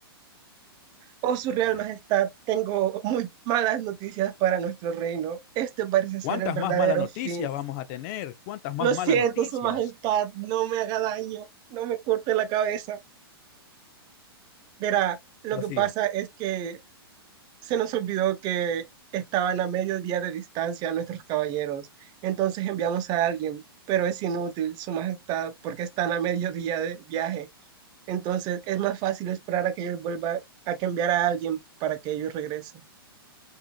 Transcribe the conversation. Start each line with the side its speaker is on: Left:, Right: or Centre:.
Right: Oh, su
Left: Joder.
Right: real majestad, tengo muy malas noticias para nuestro reino. Este parece ser
Left: ¿Cuántas
Right: el verdadero
Left: más malas noticias
Right: fin.
Left: vamos a tener? ¿Cuántas más
Right: Lo
Left: malas
Right: siento,
Left: noticias?
Right: su majestad, no me haga daño, no me corte la cabeza. Verá, lo
Left: Prosiga.
Right: que pasa es que se nos olvidó que estaban a medio día de distancia nuestros caballeros. Entonces enviamos a alguien, pero es inútil, su majestad, porque están a medio día de viaje. Entonces es más fácil esperar a que ellos vuelvan, a que enviar a alguien para que ellos regresen.